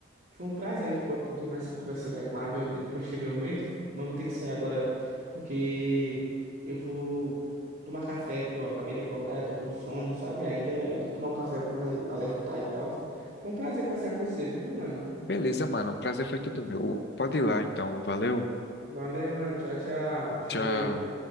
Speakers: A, on the right; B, on the left.
A: Foi um prazer, a gente pode continuar essa conversa da Marvel de- posteriormente, mas vou ter que sair agora porque eu vou tomar café, porque eu acabei de acordar, eu tô com sono, sabe? Ainda eu tenho que tomar um café pra me alertar e tal. Foi um prazer conversar com você, viu, meu mano?
B: Beleza, mano. O prazer foi tudo meu. Pode ir lá, então. Valeu.
A: Valeu, mano. Tchau, tchau. Cheiro.
B: Tchau.